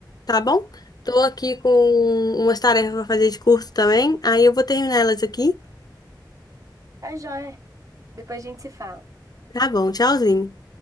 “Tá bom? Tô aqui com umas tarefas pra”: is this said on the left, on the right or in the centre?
Left